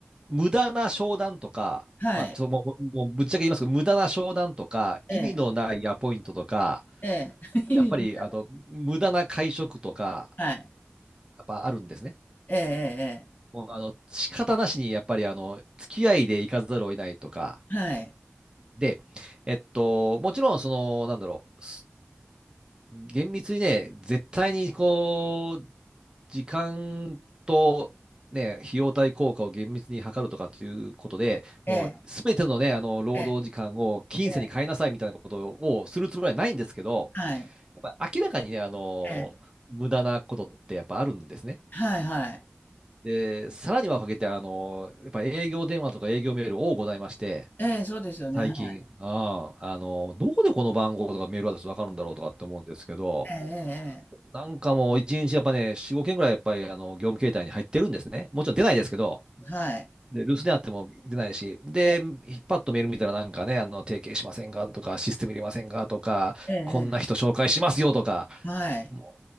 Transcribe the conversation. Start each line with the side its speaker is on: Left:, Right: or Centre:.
Right: 無駄な商談とか、
Left: はい、
Right: まあ、そう、もう、もうぶっちゃけ言いますけど、無駄な商談とか、
Left: ええ、
Right: 意味のないアポイントとか、
Left: ええ、<laughs>
Right: やっぱり、あの、無駄な会食とか、
Left: はい、
Right: やっぱあるんですね。
Left: ええ、
Right: もう、あの、仕方なしに、やっぱり、あの、付き合いで行かざるを得ないとか、
Left: ええ、はい、
Right: で、えっと、もちろん、その、なんだろう、厳密にね、絶対にこう、時間と、ね、費用対効果を厳密に測るとかっていうことで、
Left: ええ、
Right: もうすべてのね、あの労働時間を金銭に変えなさいみたいなことをするつもりはないんですけど、
Left: ええ、ええはい、
Right: やっぱ明らかにね、あの、
Left: ええ、
Right: 無駄なことってやっぱあるんですね。
Left: はい、はい、
Right: で、さらにはかけて、あの、やっぱ営業電話とか営業メール多ございまして、
Left: ええ、そうですよね、
Right: 最近、
Left: はい、
Right: ああ、あの、どこでこの番号とかメールアドレスわかるんだろうとかって思うんですけど、
Left: ええ、ええ、ええ
Right: なんかもう一日やっぱね、4、5件ぐらいやっぱりあの業務形態に入ってるんですね。もちろん出ないですけど、
Left: はい、
Right: で、留守であっても出ないし、で、
Left: ええ、
Right: パッとメール見たらなんかね、あの、提携しませんかとか、システム入れませんかとか、
Left: ええ、ええ、
Right: こんな人紹介しますよとか、
Left: はい、
Right: も